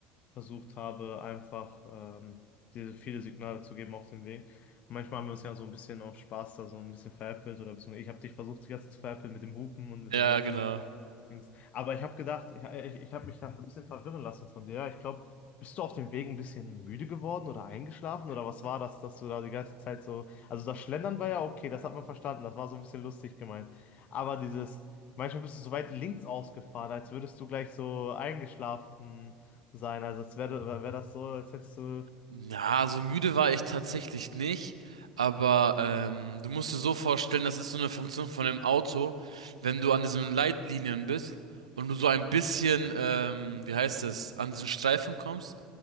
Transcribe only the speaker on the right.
Ja,
genau.
Na, so müde war ich tatsächlich nicht, aber ähm, du musst dir so vorstellen, das ist so eine Funktion von dem Auto, wenn du an diesen Leitlinien bist und du so ein bisschen, ähm, wie heißt es, an diesen Streifen kommst,